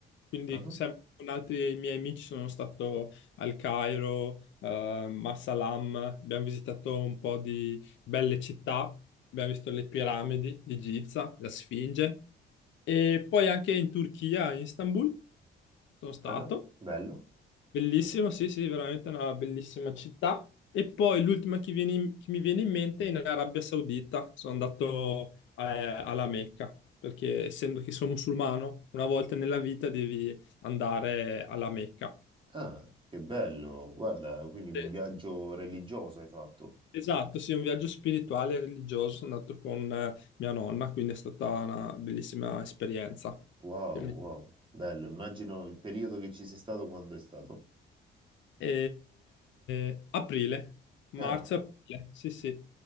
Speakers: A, on the left (about 70°); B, on the right (about 25°).
A: quindi
B: ah,
A: sempre con altri miei amici sono stato al Cairo, eh, Massalam, abbiamo visitato un po' di belle città, abbiamo visto le piramidi di Giza, la Sfinge. E poi anche in Turchia, in Istanbul, sono stato.
B: ah, ah, bello.
A: Bellissimo, sì, sì, veramente una bellissima città. E poi l'ultima che, viene in- che mi viene in mente è in Arabia Saudita. Sono andato eh, alla Mecca, perché essendo che sono musulmano, una volta nella vita devi andare alla Mecca.
B: Ah, che bello, guarda, quindi un
A: Eh,
B: viaggio religioso hai fatto.
A: Esatto, sì, un viaggio spirituale e religioso. Sono andato con eh, mia nonna, quindi è stata una bellissima esperienza.
B: Wow,
A: Che mi-
B: wow, bello, immagino il periodo che ci sei stato quando è stato.
A: E, eh, aprile, marzo-aprile,
B: Ah,
A: sì, sì.